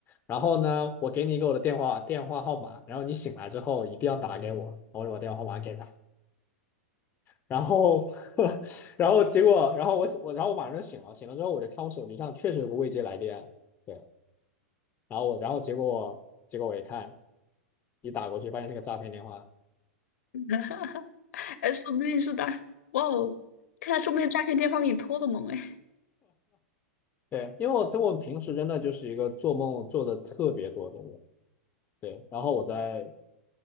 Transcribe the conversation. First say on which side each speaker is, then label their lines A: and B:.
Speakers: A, on the left; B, on the left.
A: 然后呢，我给你一个我的电话电话号码，然后你醒来之后一定要打给我。我把我电话号码给他，然后 <laughs> 然后结果，然后我我然后我马上就醒了，醒了之后我就看我手机上确实有个未接来电，对，然后我然后结果结果我一看，一打过去发现是个诈骗电话。<laughs>
B: <laughs> 哈哈哈哎，说不定是大，哇哦，看来说不定诈骗电话给你托的梦哎。
A: 对，因为我对我平时真的就是一个做梦做的特别多的人，对，然后我在